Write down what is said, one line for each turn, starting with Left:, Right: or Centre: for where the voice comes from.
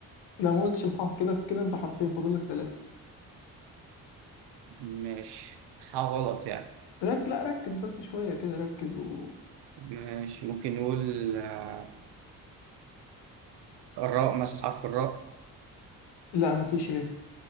Left: لا ما قلتش الحاء كده كده أنت حرفين فاضل لك تلاتة
Right: مش حاء غلط يعني
Left: رك لا ركز بس شوية كده ركز و
Right: مش ممكن نقول آه الراء مثلا حرف الراء
Left: لا مفيش ر